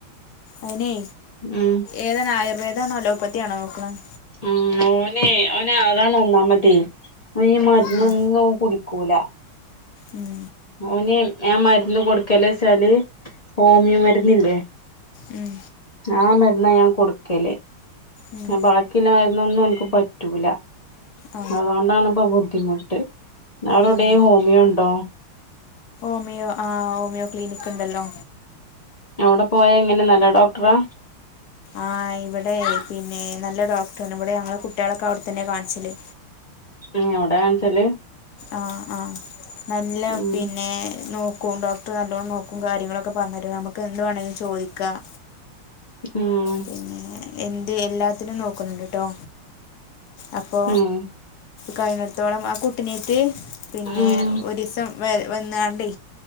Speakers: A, on the left; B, on the left.
A: അയ്നേ
B: ഉം
A: ഏതാണ് ആയുർവേദാണോ അലോപ്പത്തി ആണോ നോക്കുന്നത്
B: ഉം ഓനെ ഓനെ താണ് ഒന്നാമതെ ഓന് ഈ മരുന്നൊന്നും
A: ഉം.
B: ഓൻ കുടിക്കൂല
A: ഉം
B: ഓന് ആ മരുന്ന് കൊടുക്കല്ച്ചാല് ഹോമിയോ മരുന്നില്ലേ
A: ഉം
B: ആ മരുന്ന ഞാൻ കൊടുക്കല്
A: ഉം.
B: ബാക്കിള്ള മരുന്നൊന്നും ഒന്ന്ക്ക് പറ്റൂല
A: ആ
B: അതുകൊണ്ടാണ് ഇപ്പോ ബുദ്ധിമുട്ട് വേറെ
A: ഉം.
B: എവിടേം ഹോമിയ ഉണ്ടോ
A: ഓമിയോ ആ ഹോമിയോ ക്ലിനിക്ക്‌ ഉണ്ടല്ലോ
B: അവിടെ പോയാ എങ്ങനെ നല്ല ഡോക്ടറാ
A: ആഹ് ഇവിടെ പിന്നെ നല്ല ഡോക്ടറണ് ഇവിടെ ഞങ്ങളെ കുട്ടികളൊക്കെ അവിടെത്തന്നെ കാണിച്ചല്
B: ഏ അവടെയാകാണിച്ചല്
A: ആഹ് ആഹ് നല്ല
B: ഉം
A: പിന്നെ നോ ക്കും ഡോക്ടർ നല്ലോ നോക്കും കാര്യങ്ങളൊക്കെ പറഞ്ഞു തരും നമുക്ക്‌ എന്ത് വേണമെങ്കിലും ചോദിക്കാം
B: ഉം
A: പിന്നെ എന്ത് എല്ലാത്തിനും നോക്കുന്നുണ്ട് ട്ടോ അപ്പോ
B: ഉം
A: കഴിഞ്ഞിടത്തോളം ആ കുട്ടിനേറ്റ് പിന്നെ
B: ഉം
A: ഒരുസം വ വന്നാണ്ടേ